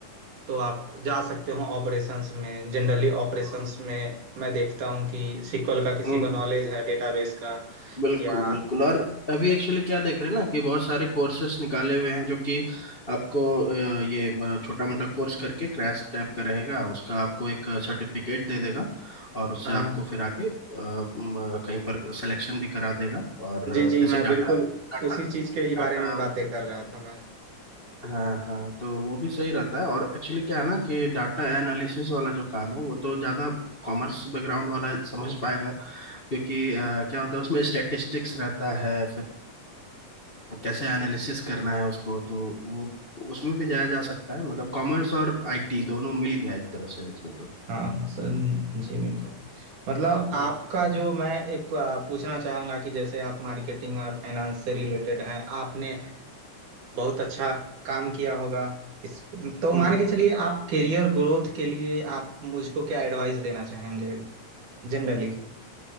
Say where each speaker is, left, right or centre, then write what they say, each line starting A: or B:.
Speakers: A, on the right; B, on the left.
A: तो आप जा सकते हो ऑपरेशंस में जनरली ऑपरेशंस
B: हम्म
A: में मैं देखता हूँ कि सीक्वल का किसी
B: हम्म,
A: को
B: हम्म।
A: नॉलेज है डेटाबेस का
B: बिल्कुल
A: या
B: बिल्कुल और अभी एक्चुअली क्या देख रहे हैं ना कि बहुत सारे कोर्सेस निकाले हुए हैं जो कि आपको अ, ये छोटा मोटा कोर्स करके क्रैश टाइप का रहेगा उसका आपको एक सर्टिफिकेट दे देगा और उससे
A: हाँ
B: आपको फिर आगे अ, म, कहीं पर सिलेक्शन भी करा देगा और अ,
A: जी जी
B: जैसे
A: मैं
B: डाटा
A: बिल्कुल
B: डाटा
A: उसी चीज के ही
B: डाटा
A: बारे में बातें कर रहा था मैं
B: हाँ हाँ तो वो भी सही रहता है और एक्चुअली क्या है ना कि डाटा एनालिसिस वाला जो काम है वो तो ज़्यादा कॉमर्स बैकग्राउंड वाला समझ पाएगा क्योंकि अ, क्या होता है उसमें स्टैटिस्टिक्स रहता है फिर कैसे एनालिसिस करना है उसको तो वो उसमें भी जाया जा सकता है मतलब कॉमर्स और आईटी दोनों मिल गया एक तरह से इसमें तो
A: हाँ सर जी बिल्कुल मतलब आपका
B: हम्म
A: जो मैं एक आ, पूछना चाहूंगा कि जैसे आप मार्केटिंग और फाइनेंस से रिलेटेड हैं आपने बहुत अच्छा काम किया होगा इस तो मान
B: हम्म
A: के
B: हम्म।
A: चलिए आप करियर ग्रोथ के लिए आप मुझको क्या एडवाइस देना चाहेंगे जनरली